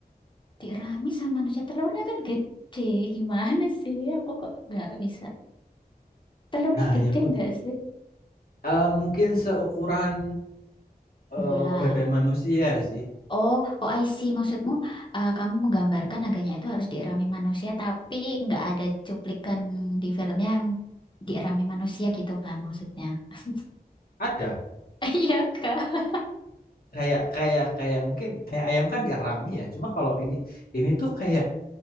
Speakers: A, on the left (about 30°); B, on the left (about 65°).
A: Tiramisu sama manusia telurnya kan gede, gimana sih? Aku kok nggak bisa. Telurnya
B: Nah,
A: gede
B: iya aku
A: nggak
B: juga.
A: sih?
B: Eh, mungkin seukuran eh,
A: Bola.
B: badan manusia sih.
A: Oh, oh I see. Maksudmu eh, kamu menggambarkan naganya itu harus dierami manusia, tapi nggak ada cuplikan di film yang dierami manusia gitu kan maksudnya? <laughs>
B: Ada
A: Iya kak.
B: kayak kayak kayak mungkin kayak ayam kan dierami ya. Cuma kalau ini ini tuh kayak